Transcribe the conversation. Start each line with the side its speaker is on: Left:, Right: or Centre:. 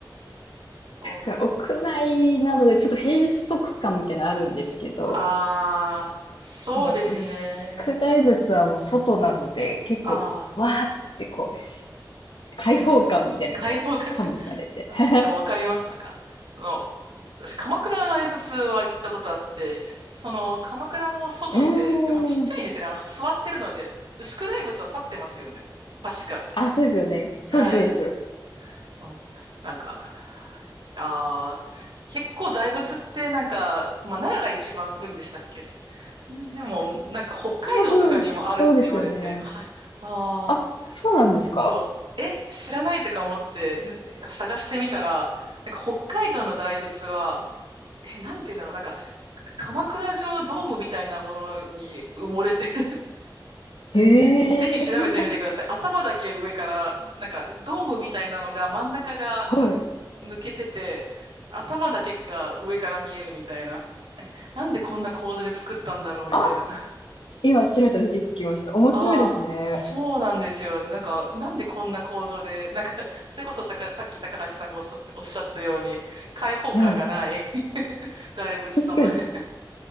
Right: <laughs> お
Left: だから屋内なので、ちょっと閉塞感みたいなのあるんですけど、
Right: ああ、そうですね。
Left: あの、牛久大仏はもう外なので、結構、
Right: ああ、
Left: わーってこう、し開放感みたいなのも加味されて。
Right: なるほど。開放感 <laughs> あでもわかります。
Left: <laughs>
Right: なんか、あの、私、鎌倉の大仏は行ったことあって、その、鎌倉も外で、
Left: うーん。
Right: でもちっちゃいんですよね。あの、座ってるので、牛久大仏は立ってますよね。確か。
Left: あ、そうですよね。そうです、
Right: はい。
Left: そうです。
Right: うんなんか、ああ結構大仏ってなんか、まあ、奈良が一番古いんでしたっけでも、なんか北海道とかにもあるって言われて、
Left: 多分、そうですよね。
Right: はい。ああ。
Left: あ、そうなんですか。
Right: そう。え、知らないとか思って、ね探してみたら、なんか北海道の大仏は、え、なんて言うんだろう、なんか、鎌倉城のドームみたいなものに埋もれてる。
Left: へ
Right: <laughs> ぜ、ぜひ調べてみてください。
Left: え。
Right: 頭だけ上から、なんか、ドームみたいなのが真ん中が
Left: はい。
Right: 抜けてて、頭だけが上から見えるみたいな。え、なんでこんな構図で作ったんだろうみたいな。
Left: あ、今、白いと出てきました。面白いですね。
Right: ああ、そうなんですよ。なんか、なんでこんな構造で、なんか、<laughs> それこそさか、さっき高橋さんがおっしゃおっしゃったように、開放感がない
Left: はい。
Right: <laughs> 大仏様で。
Left: 確かに。